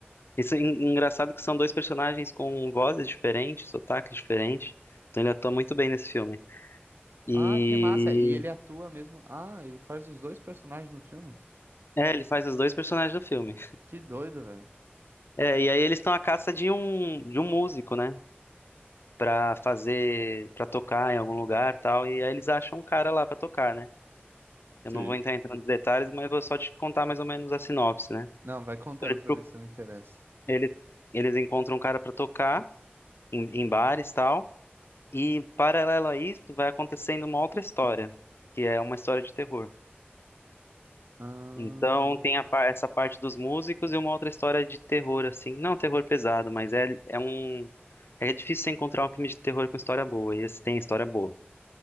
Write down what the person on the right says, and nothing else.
Ah, que massa. E ele atua mesmo. Ah, ele faz os dois personagens no filme?
Que doido, velho.
Sei.
Não, vai contando
pra ver se eu me interesso.
Ah,